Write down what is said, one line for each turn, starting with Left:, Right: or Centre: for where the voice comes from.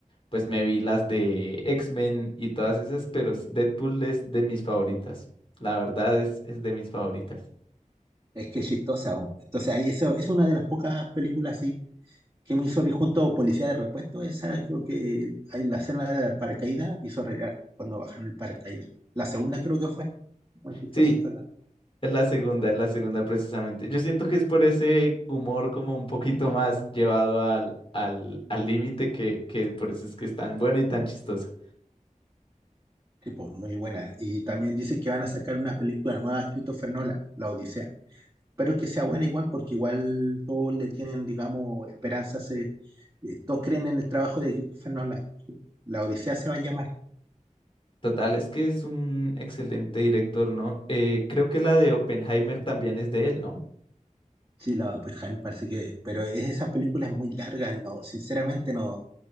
Left: pues me vi las de X-Men y todas esas, pero sí, Deadpool es de mis favoritas. La verdad es, es de mis favoritas.
Right: Es que es chistosa, bo. entonces ahí eso es una de las pocas películas así que me hizo reír junto a Policía de Repuesto, esa creo que ahí la escena del paracaídas me hizo reír harto cuando bajaron el paracaídas. La segunda creo que fue, muy chistosa.
Left: Sí. Es la segunda, es la segunda precisamente. Yo siento que es por ese humor como un poquito más llevado al al al límite que, que por eso es que es tan buena y tan chistosa.
Right: Sí, pues, muy buena. Y también dice que van a sacar una película nueva de Christopher Nolan, La Odisea. Pero que sea buena igual, porque igual todos le tienen, digamos, esperanza. Se, eh, todos creen en el trabajo de Christopher Nolan. La Odisea se va a llamar.
Left: Total, es que es un excelente director, ¿no? Eh, creo que la de Oppenheimer también es de él, ¿no?
Right: Sí, la pues, Han parece que. Pero es, esas películas muy largas, no, sinceramente no,